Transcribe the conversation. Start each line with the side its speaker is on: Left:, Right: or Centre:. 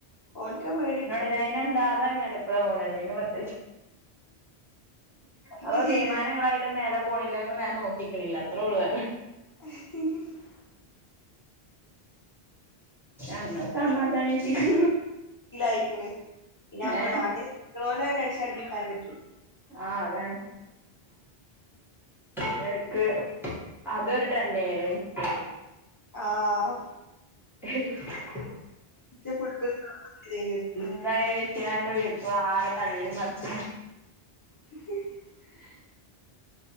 Left: ഓൽക്ക പേ
Centre: ങ്ങളെ ജൈനന്താ അത മേല, പ്പ ളൊണല്ലേ പിന്നെ പത്യെകിച്ച്
Left: ഓൽക്ക്
Centre: അപ്പേ
Left: ശീല
Centre: വിമാനങ്ങളായാലു മേലേ പോണില്ല വേഗം നോക്കിക്ണില്ല അത്ര ഉള്ളു വേറെ
Left: <inaudible>
Centre: നമ്മള സമാധാനിപ്പിക്കു
Left: ലായിക്ക് ണ് പിന്നെ നമ്മൾ
Centre: ഏഹ്
Left: നാട്ടില്ക്ക് ണോല് ത്ര ടെൻഷൻ അടുപ്പിക്കാൻ പ
Centre: ആഹ് അതാണ് തിനിടക്ക് അതൊരു ട്രെൻഡെനല്ലോൻക്ക്
Left: ആഹ്
Centre: <inaudible>
Left: ഇ ഫു <unintelligible>
Centre: അതായ കഴിച്ചണ്ട് വിളിക്കു ആടെ തള്ളി മറിച്
Left: <inaudible>